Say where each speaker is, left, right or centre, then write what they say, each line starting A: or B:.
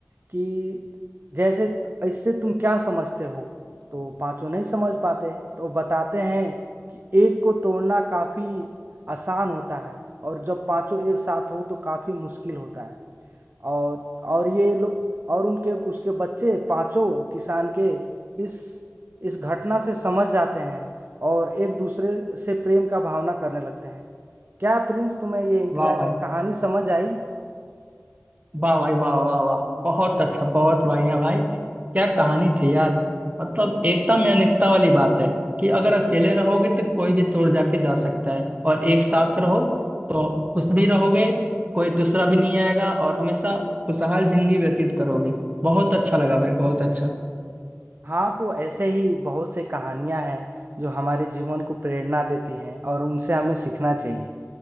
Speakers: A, on the right; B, on the right.
A: कि जैसे इससे तुम क्या समझते हो तो पांचों नहीं समझ पाते तो बताते हैं कि एक को तोड़ना काफी आसान होता है और जब पांचों एक साथ हो तो काफी मुश्किल होता है और और ये लोग और उनके उसके बच्चे पांचों किसान के इस इस घटना से समझ जाते हैं और एक दूसरे से प्रेम का भावना करने लगते हैं क्या प्रिंस तुम्हें ये इंटरा-
B: वाह भाई
A: कहानी समझ आई
B: वाह भाई वाह वाह वाह बहुत अच्छा बहुत बढ़िया भाई क्या कहानी थी यार मतलब एकता में अनेकता वाली बात है कि अगर अकेले रहोगे तो कोई भी तोड़ जाके जा सकता है और एक साथ रहो तो खुश भी रहोगे कोई दूसरा भी नहीं आएगा और हमेशा खुशहाल जिंदगी व्यतीत करोगे बहुत अच्छा लगा भाई बहुत अच्छा
A: हाँ तो ऐसे ही बहुत से कहानियां हैं जो हमारे जीवन को प्रेरणा देती हैं और उनसे हमें सीखना चाहिए